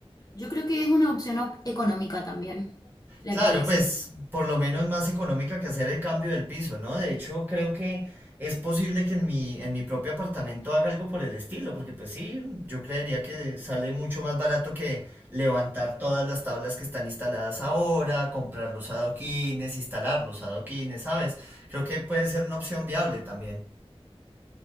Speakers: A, on the left; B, on the right.
A: yo creo que es una opción o- económica también, la
B: Claro,
A: que me decís.
B: pues por lo menos más económica que hacer el cambio del piso, ¿no? De hecho, creo que es posible que en mi, en mi propio apartamento haga algo por el estilo, porque pues sí, yo creería que sale mucho más barato que levantar todas las tablas que están instaladas ahora, comprar los adoquines, instalar los adoquines, ¿sabes? Creo que puede ser una opción viable también.